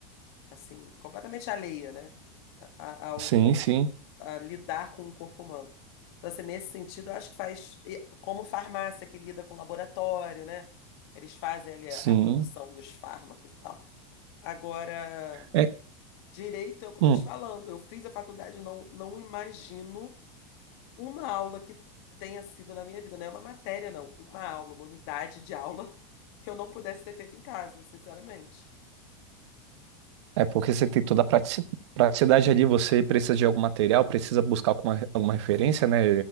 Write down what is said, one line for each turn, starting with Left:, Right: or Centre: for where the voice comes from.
Left: assim, completamente alheia, né? A, a- ao,
Right: Sim,
Left: com,
Right: sim,
Left: a lidar com o corpo humano. Então, assim, nesse sentido, eu acho que faz, e como farmácia que lida com laboratório, né? Eles fazem ali
Right: sim.
Left: a, a produção dos fármacos e tal. Agora,
Right: É,
Left: direito é o que eu
Right: hum.
Left: tô te falando. Eu fiz a faculdade, não, não imagino uma aula que tenha sido na minha vida, não é uma matéria, não, uma aula, uma unidade de aula <laughs> que eu não pudesse ter feito em casa, sinceramente.
Right: É porque você tem toda a pratici- praticidade ali, você precisa de algum material, precisa buscar alguma, alguma referência, né,